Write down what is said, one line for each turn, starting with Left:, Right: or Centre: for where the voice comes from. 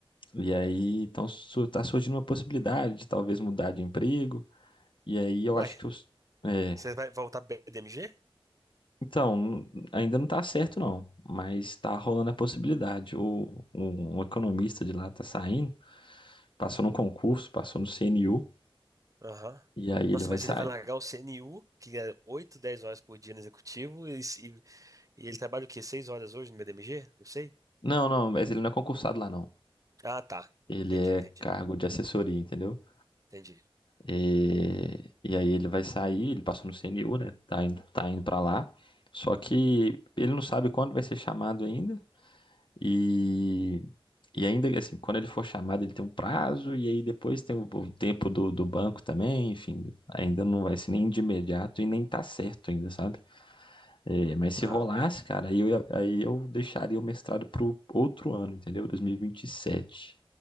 Left: e aí tão, su- tá surgindo uma possibilidade de talvez mudar de emprego. E aí eu
Right: uai,
Left: acho que eu, s- é,
Right: você vai voltar pra BDMG?
Left: Então, n- ainda não tá certo não, mas tá rolando a possibilidade. O, um, um economista de lá tá saindo, passou num concurso, passou no CNU,
Right: Aham.
Left: e aí
Right: Nossa,
Left: ele vai
Right: mas
Left: sair.
Right: ele vai largar o CNU, que é 8 10 horas por dia no executivo, e, se- e ele trabalha o quê? 6 horas hoje no BDMG? Não sei.
Left: Não, não, mas ele não é concursado lá não.
Right: Ah, tá.
Left: Ele
Right: Entendi,
Left: é
Right: entendi,
Left: cargo de assessoria, entendeu?
Right: entendi.
Left: E, e aí ele vai sair, ele passou no CNU, né? Tá indo, tá indo pra lá. Só que ele não sabe quando vai ser chamado ainda. E, e ainda assim, quando ele for chamado, ele tem um prazo, e aí depois tem o, o tempo do, do banco também, enfim, ainda não vai ser nem de imediato e nem tá certo ainda, sabe? É, mas se
Right: Ah,
Left: rolasse, cara, aí eu, ia- aí eu deixaria o mestrado pro outro ano, entendeu? 2027.